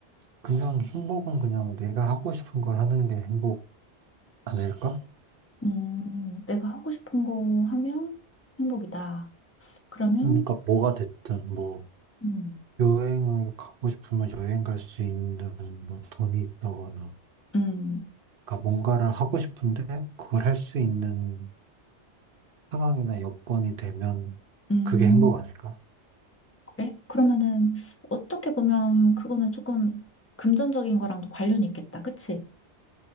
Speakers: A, on the right (about 60°); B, on the left (about 15°).
A: 그냥 행복은 그냥 내가 하고 싶은 걸 하는 게 행복 아닐까?
B: 음, 내가 하고 싶은 거 하면 행복이다. 그러면,
A: 그러니까 뭐가 됐든, 뭐,
B: 음,
A: 여행을 가고 싶으면 여행 갈 수 있는, 뭐, 돈이 있다거나.
B: 음,
A: 그러니까 뭔가를 하고 싶은데, 그걸 할 수 있는 상황이나 여건이 되면,
B: 음,
A: 그게 행복 아닐까?
B: 그래? 그러면은 어떻게 보면 그거는 조금 금전적인 거랑도 관련이 있겠다. 그치?